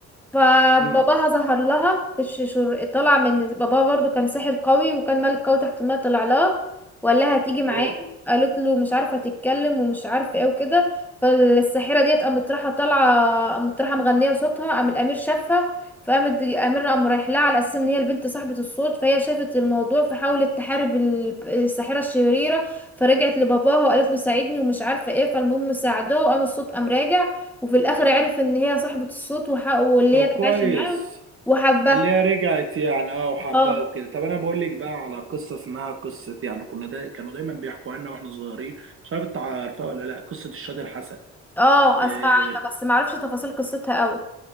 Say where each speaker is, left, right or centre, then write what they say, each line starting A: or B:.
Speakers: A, in the centre; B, on the right (about 45°).
A: فباباها
B: امم
A: ظهر لها بش شر... طلع من باباها برضو كان ساحر قوي وكان ملك قوي تحت الماء طلع لها وقال لها هتيجي معايا
B: اه
A: قالت له مش عارفه تتكلم ومش عارفه ايه وكده فالساحره ديت قامت رايحه طالعه قامت رايحه مغنيه صوتها قام الامير شافها فقامت الامير قام رايح لها على اساس ان هي البنت صاحبه الصوت فهي شافت الموضوع فحاولت تحارب ال- الساحره الشريره فرجعت لباباها وقالت له ساعدني ومش عارفه ايه فالمهم ساعدوها وقام الصوت قام راجع وفي الاخر عرف ان هي صاحبة الصوت وح... واللي
B: طب
A: هي
B: كويس
A: كانت عايشة معاه وحبها
B: اللي هي رجعت يعني اه وحباه
A: اه
B: وكده طب انا بقول لك بقى على قصه اسمها قصه يعني كنا دا كانوا دايما بيحكوا عنها واحنا صغيرين مش عارف انت عارفها ولا لا قصه الشاطر حسن
A: اه
B: آه،
A: اسمع عنها بس ما اعرفش تفاصيل قصتها قوي